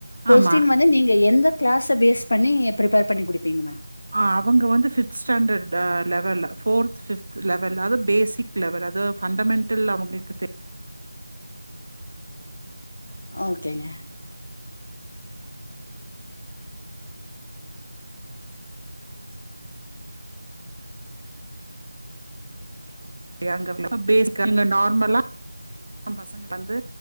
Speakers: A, on the left; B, on the right.
A: கொஸ்டின்
B: ஆமா.
A: வந்து நீங்க எந்த க்ளாஸ பேஸ் பண்ணி ப்ரிப்பர் பண்ணி குடுப்பீங்க மே
B: அ அவங்க வந்து ஃபிப்த் ஸ்டாண்டர்ட் அ லெவல் ஃபோர்த் ஃபிப்த் லெவல் அத பேசிக் லெவரு அது ஃபண்டமென்ட்டல் அவுங்ளுக்குத் தெ
A: ஓகேங்க
B: <inaudible> நீங்க நார்மலா அ பசங்க வந்து